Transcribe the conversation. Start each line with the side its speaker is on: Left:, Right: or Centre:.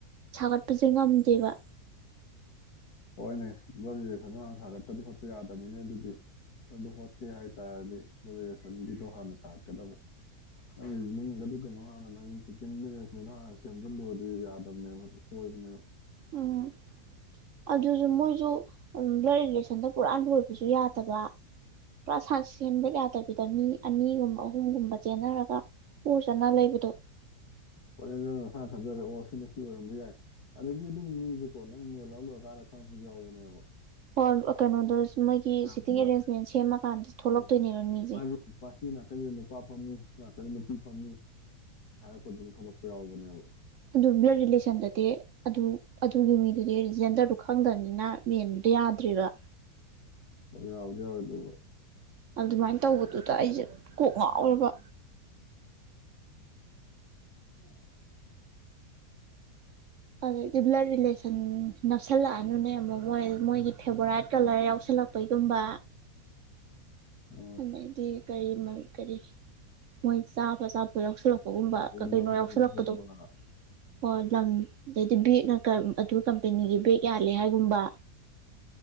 Right: ꯁꯥꯒꯠꯄꯁꯦ ꯉꯝꯗꯦꯕ
Left: ꯍꯣꯏꯅꯦ ꯕ ꯔꯦꯁꯟꯗ ꯍꯥꯟꯅ ꯁꯥꯒꯠꯇꯄ꯭ꯔꯗꯤ ꯍꯣꯠꯄ ꯌꯥꯗꯃꯤꯅꯦ ꯑꯗꯨꯗꯤ ꯑꯗꯨꯗꯣ ꯍꯣꯠꯀꯦ ꯍꯥꯏ ꯇꯔꯗꯤ ꯕꯔꯤꯦꯁꯟꯒꯤꯗꯣ ꯍꯥꯟꯅ ꯁꯥꯒꯠꯀꯗꯕ ꯅꯪ ꯅꯤꯡꯒꯗ ꯀꯩꯅꯣ ꯍꯥꯟꯅ ꯅꯪꯤꯡꯁꯗ ꯍꯥꯟꯅ ꯁꯦꯝꯖꯤꯜꯂꯨꯔꯗꯤ ꯌꯥꯗꯕꯅꯦꯕꯛꯇ ꯁꯣꯏꯕꯅꯦꯕ
Right: ꯎꯝ ꯑꯗꯨꯁꯨ ꯃꯣꯏꯁꯨ ꯕ꯭ꯂꯠ ꯔꯤꯂꯦꯁꯟꯗ ꯄꯨꯔꯥ ꯂꯣꯏꯕꯁꯨ ꯌꯥꯗꯕ ꯄꯁꯁꯤ ꯆꯦꯟꯕ ꯌꯥꯗꯕꯤꯗ ꯃꯤ ꯑꯅꯤꯒꯨꯝꯕ ꯑꯍꯨꯝꯒꯨꯝꯕ ꯆꯦꯟꯅꯔꯒ ꯄ ꯆꯅ ꯂꯩꯕꯗꯣ
Left: ꯍꯣꯏ ꯅꯪ ꯅꯁꯥ ꯈꯟꯖꯔꯦ ꯑꯣ ꯁꯤꯅ ꯁꯤ ꯑꯣꯏꯔꯝꯕ ꯌꯥꯏ ꯑꯗꯒꯤ ꯑꯗꯨꯝ ꯃꯤꯁꯦꯀꯣ ꯅꯪ ꯃꯦꯜꯍ ꯂꯣꯏꯔꯀꯥꯟꯗ ꯈꯪꯉꯛꯄꯁꯨ ꯌꯥꯎꯕꯅꯦꯕ
Right: ꯍ ꯀꯩꯅꯣꯗ ꯃꯣꯏꯒꯤ
Left: ꯑꯗ
Right: ꯁꯤꯇꯤꯡ ꯑꯦꯔꯦꯟꯖꯃꯦꯟ ꯁꯦꯝꯃꯀꯥꯟꯗ ꯊꯣꯛꯂꯛꯇꯣꯏꯅꯦꯕ
Left: ꯑꯣ
Right: ꯃꯤꯁꯦ
Left: ꯃꯥꯒꯤ ꯅꯨꯄꯥ ꯁꯤ ꯅꯥꯀꯟꯗ ꯅꯨꯄꯥ ꯐꯝꯃꯤ ꯁꯤ ꯅꯥꯀꯟꯗ ꯅꯨꯄꯤ ꯐꯝꯃꯤ ꯍꯥꯏꯔꯛꯄꯗꯨꯗ ꯊꯣꯛꯂꯛꯄ ꯌꯥꯎꯕꯅꯦꯕ
Right: ꯑꯗꯨ ꯕ꯭ꯂꯗ ꯔꯤꯂꯦꯁꯟꯗꯗꯤ ꯑꯗꯨ ꯑꯗꯨꯒꯤ ꯃꯤꯗꯨꯗꯤꯖꯦꯟꯗꯔꯗꯨ ꯈꯪꯗꯕꯅꯤꯅ ꯃꯦꯟꯕꯗꯣ ꯌꯥꯗ꯭ꯦꯕ
Left: ꯑꯩ ꯌꯥꯎꯗ ꯌꯥꯕꯗꯕ
Right: ꯑꯗꯨꯃꯥꯏꯅ ꯇꯧꯕꯗꯨꯗ ꯑꯩꯁꯦ ꯀꯣꯛ ꯉꯥꯎꯔꯕ
Left: ꯎ
Right: ꯑ ꯗꯤꯕꯂꯥꯔ ꯂꯤꯔꯤꯂꯦꯁ ꯅꯛꯁꯜꯂꯑꯅꯨꯅꯦ ꯑꯃ ꯃꯣꯏ ꯃꯣꯏꯒꯤ ꯐꯦꯕꯣꯔꯥꯏꯠ ꯀꯂꯔ ꯌꯥꯎꯁꯜꯂꯛꯄꯩꯒꯨꯝꯕ
Left: ꯑ
Right: ꯑꯗꯩꯗꯤ ꯀꯔꯤ ꯀꯔꯤ ꯃꯣꯏ ꯆꯥꯕ ꯆꯥꯕ ꯌꯥꯎꯁꯤꯜꯂꯛꯄ ꯎꯝꯕ
Left: ꯑꯗꯩ
Right: ꯀꯩꯅꯣ
Left: ꯂꯝ
Right: ꯌꯥꯎꯁꯜꯂꯛꯄꯗꯣ
Left: ꯀꯣꯏꯕꯒꯨꯝꯕ
Right: ꯍꯣꯏ ꯂꯪ ꯑꯗꯩꯗꯤ ꯕꯦꯛꯅꯀ ꯑꯗꯨ ꯀꯝꯄꯦꯅꯤꯒꯤ ꯕꯦꯛ ꯌꯥꯜꯂꯦ ꯍꯥꯏꯒꯨꯝꯕ